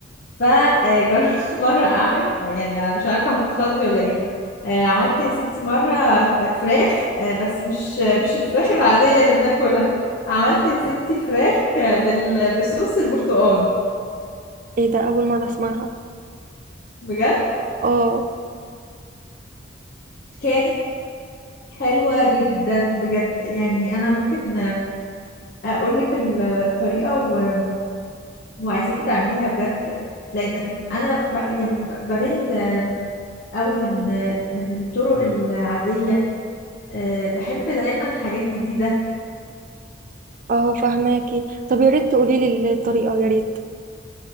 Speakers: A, on the left (about 50°); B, on the right (about 45°).
A: فجربت <laughs> مره اعمل يعني انا مش عارفه هتتخضي ولا ايه آه، عملت يا ستي مره فراخ آه، بس مش مش الفراخ العاديه اللي بناكلها عملت يا ستي فراخ آه، بال- بصوص البرتقال
B: ايه ده اول مره اسمعها
A: بجد
B: اه
A: كانت حلوه جدا بجد يعني انا ممكن اقول لك الطريقه و- وعايزاكي تعمليها بجد لان انا ب- يعني ب- بمل قوي من من الطرق العادية آه، بحب دايما حاجات جديدة
B: اه فهماكي طب يا ريت تقولي لي الطريقه يا ريت